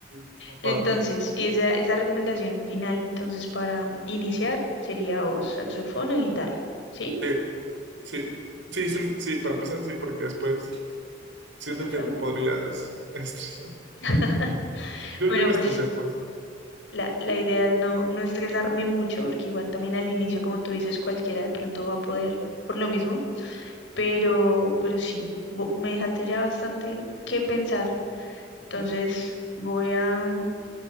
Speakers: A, on the right; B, on the left.
A: está padre.
B: Entonces, y esa, esa recomendación final, entonces, para iniciar sería o saxofón o guitarra, ¿sí?
A: Sí, sí, sí, sí, sí, para empezar, sí, porque después siento
B: Ok.
A: que te podrías estresar.
B: <laughs>
A: Yo,
B: Bueno,
A: yo me
B: pues
A: estresé por eso.
B: la, la idea es no, no estresarme mucho, porque igual también al inicio, como tú dices, cualquiera de pronto va a poder por lo mismo, pero, pero sí, bo- me dejaste ya bastante que pensar. Entonces voy a,